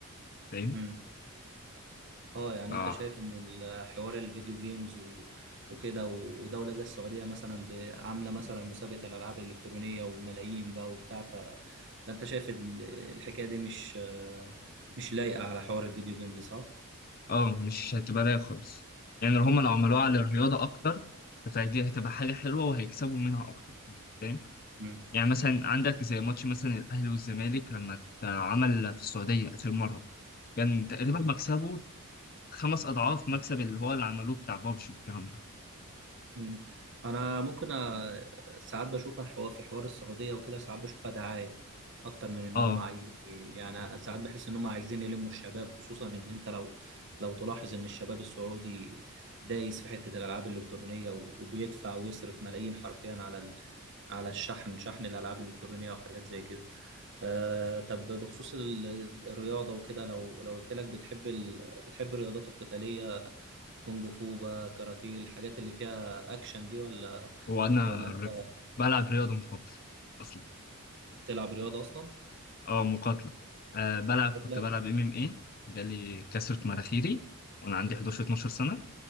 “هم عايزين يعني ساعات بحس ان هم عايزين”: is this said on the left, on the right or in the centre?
Right